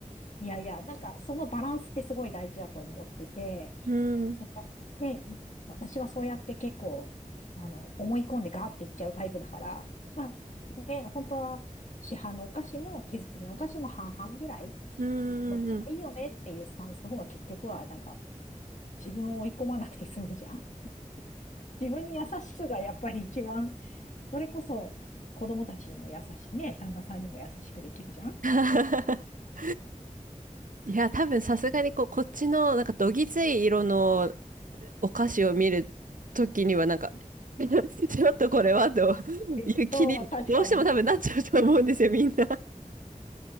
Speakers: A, on the left; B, on the right.
A: いやいや、なんかそのバランスってすごい大事だと思ってて、
B: うん。
A: そね、私はそうやって結構、あの、思い込んでガーっていっちゃうタイプだから、まあ、ね、本当は市販のお菓子も手作りのお菓子も半々ぐらい、
B: うん。
A: どっちもいいよねっていうスタンスの方が結局は、
B: うん
A: なんか、自分を追い込まなくて済むじゃん。<laughs> 自分に優しくがやっぱり一番、それこそ子供たちにも優しくね、旦那さんにも優しくできるじゃん。
B: <laughs> いや、多分さすがにこう、こっちのなんかどぎつい色のお菓子を見るときにはなんか <laughs> ちょっとこれはと
A: えっと、
B: いう気にどうしても多分なっちゃうと思うんですよ、
A: 確かに。
B: <laughs> みんな。